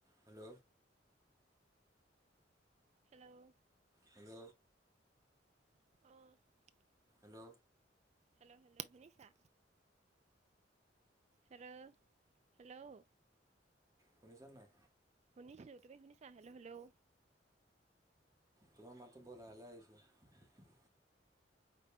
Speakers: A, on the right (about 20°); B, on the right (about 35°).
A: Hello.
B: Hello
A: hello.
B: <inaudible>
A: Hello.
B: Hello hello শুনিছা hello, hello.
A: শুনিছানে নাই।
B: শুনিছোঁ তুমি শুনিছা হেল্ল', হেল্ল'।
A: তোমাৰ মাতটো বৰ লাহে লাহে আহিছে।